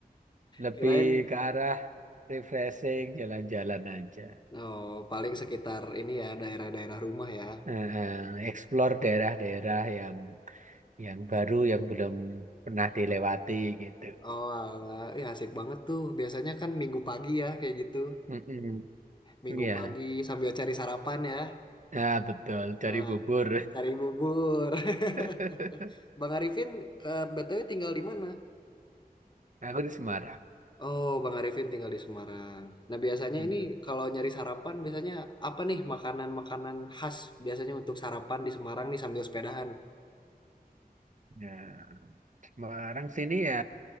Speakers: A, on the right; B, on the left.
A: lebih
B: Kirain
A: ke arah refreshing jalan-jalan aja.
B: oh paling sekitar ini ya daerah-daerah rumah ya.
A: Eh, eh, explore daerah-daerah yang yang baru yang belum pernah dilewati gitu.
B: Oh, alah, ya asik banget tuh. Biasanya kan minggu pagi ya kayak gitu.
A: Mm-mm.
B: Minggu
A: Iya,
B: pagi sambil cari sarapan ya.
A: nah, betul. Cari
B: Nah,
A: bubur.
B: cari bubur. <laughs>
A: <laughs>
B: Bang Arifin ke BTW tinggal di mana?
A: Aku di Semarang.
B: Oh, Bang Arifin tinggal di Semarang. Nah, biasanya
A: Mm-mm.
B: ini kalau nyari sarapan, biasanya apa nih makanan-makanan khas biasanya untuk sarapan di Semarang nih sambil sepedahan?
A: Ya, Semarang sini ya